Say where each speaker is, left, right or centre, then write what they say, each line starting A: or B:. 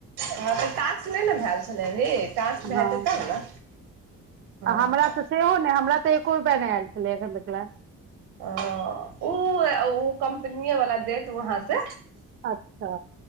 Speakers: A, on the right; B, on the right.
A: हँ तऽ टास्क नहि ने भेल छलै अभी टास्क भएतै
B: हँ
A: तब ने हँ
B: आ हमरा तऽ सेहो ने हमरा एको रुपया नहि आयल छलै अखन तकला
A: ओ ऊ ऊ कम्पनीए वला देत वहाँ से
B: अच्छा